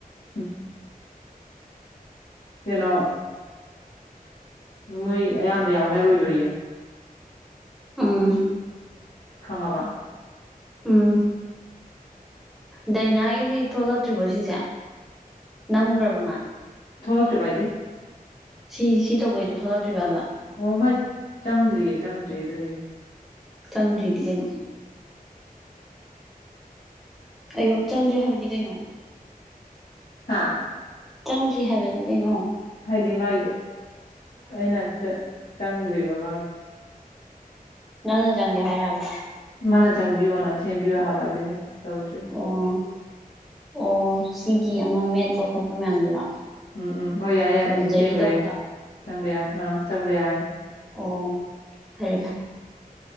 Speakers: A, on the left; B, in the centre.
A: ꯑ ꯀꯩꯅꯣ ꯃꯣꯏ ꯑꯌꯥꯝꯕ ꯌꯥꯎꯅꯔꯣꯏꯗꯣꯔꯤꯌꯦ
B: ꯎꯝ
A: ꯈꯪꯉꯕ
B: ꯎꯝ ꯗꯅꯥꯒꯤ ꯊꯣꯂ ꯆꯠꯇ꯭ꯔꯤꯕꯣ ꯁꯤꯁꯦ ꯅꯪꯃꯨꯈ꯭ꯔꯕ ꯃꯥ
A: ꯊꯣꯛꯂꯛꯇ꯭ꯔꯣ ꯥꯏꯗꯤ
B: ꯁꯤ ꯁꯤ ꯇꯧꯕꯣꯏꯗꯨ ꯊꯣꯔꯣꯇ꯭ꯔꯤ ꯕꯥ
A: ꯑꯣ ꯃꯥꯏ ꯆꯪꯗ꯭ꯔꯤꯌꯦ ꯆꯪꯗ꯭ꯔꯤꯌꯦ ꯑꯗꯨꯒꯤꯅꯦ
B: ꯆꯪꯗ꯭ꯔꯤꯗꯤ ꯀꯩꯅꯣ ꯑꯩꯌꯣ ꯆꯪꯗ꯭ꯔꯦ ꯍꯥꯏꯕꯗꯤ ꯀꯩꯅꯣ
A: ꯍꯥ
B: ꯆꯪꯗ꯭ꯔꯤ ꯍꯥꯏꯕꯗꯤ ꯀꯩꯅꯣ
A: ꯍꯥꯏꯗꯤ ꯃꯥꯒꯤꯗꯣ ꯑꯩꯅ ꯆꯪꯗ꯭ꯔꯤꯕ ꯃꯥꯒꯤ
B: ꯅꯪꯅ ꯆꯪꯒꯦ ꯍꯥꯏꯔꯛꯑꯕ
A: ꯃꯥꯅ ꯆꯪꯕꯤꯌꯣꯅ ꯁꯦꯝꯕꯤꯌꯣ ꯍꯥꯏꯕ ꯑꯗꯨꯒꯤ ꯇꯧꯗ꯭ꯨ
B: ꯑꯣ ꯑꯣ ꯁꯤꯒꯤ ꯑꯃ ꯃꯦꯠꯄ ꯈꯣꯠꯄ ꯃꯌꯥꯝꯗꯨꯔꯣ
A: ꯎꯝ ꯎꯝ ꯑꯣꯏ ꯌꯥꯏ ꯌꯥꯏ
B: ꯈꯨꯔꯨꯝꯖꯔꯤ
A: ꯍꯧꯖꯤꯛ ꯁꯦꯝꯈ꯭ꯔꯦꯅ
B: ꯇꯧꯕꯗꯣ
A: ꯆꯪꯕ ꯌꯥꯔꯅꯤ ꯑꯥ ꯆꯪꯕ ꯌꯥꯔꯅꯤ
B: ꯑꯣ ꯐꯔꯦ ꯐꯔꯦ